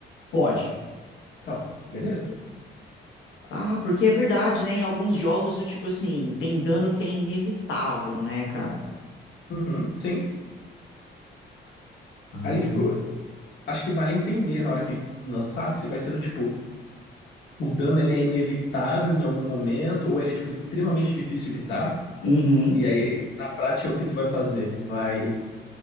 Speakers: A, on the left; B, on the left.
A: Pode.
B: Então, beleza.
A: Ah, porque é verdade, né? Em alguns jogos do tipo assim, tem dano que é inevitável, né, cara?
B: Uhum, sim.
A: Ah.
B: Aí, tipo, acho que vale entender na hora que lançar se vai ser do tipo, o dano ele é inevitável em algum momento, ou ele é, tipo, extremamente difícil de evitar.
A: Uhum,
B: E aí, na prática, é o que tu vai fazer? Tu vai